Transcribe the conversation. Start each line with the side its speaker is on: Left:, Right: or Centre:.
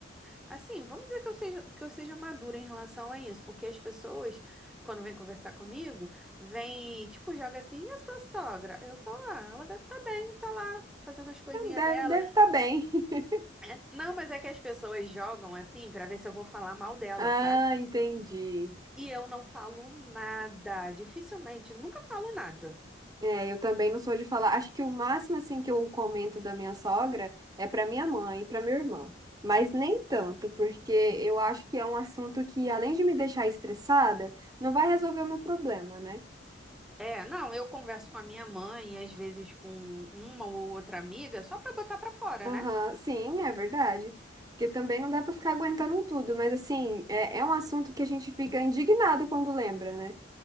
Centre: assim, vamos dizer que eu seja, que eu seja madura em relação a isso, porque as pessoas, quando vêm conversar comigo, vêm, tipo, joga assim, e a sua sogra? Eu falo, ah, ela deve tá bem, tá lá, fazendo as coisinhas
Right: deve,
Centre: dela.
Right: deve estar bem. <laughs>
Centre: É, Não, mas é que as pessoas jogam assim pra ver se eu vou falar mal dela,
Right: Ah,
Centre: sabe?
Right: entendi.
Centre: E eu não falo nada, dificilmente, nunca falo nada.
Right: É, eu também não sou de falar. Acho que o máximo assim que eu comento da minha sogra é para minha mãe e para minha irmã. Mas nem tanto, porque eu acho que é um assunto que, além de me deixar estressada, não vai resolver o meu problema, né?
Centre: É, não, eu converso com a minha mãe e às vezes com uma ou outra amiga só pra botar pra fora,
Right: Aham,
Centre: né?
Right: sim, é verdade. Porque também não dá para ficar aguentando tudo, mas assim, é, é um assunto que a gente fica indignado quando lembra, né?